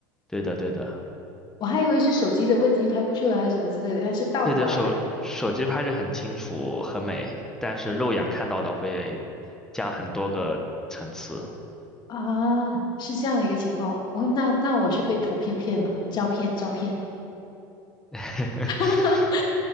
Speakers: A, in the centre; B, on the left (about 45°).
A: 对的，对的，
B: 我还以为是手机的问题拍不出来还是什么之类的，原来是倒过来
A: 对的，手手机拍着很清楚很美，但是肉眼看到的会加很多个层次。
B: 啊，是这样的一个情况。我那那我是被图片骗了，照片照片。
A: <laughs>
B: <laughs>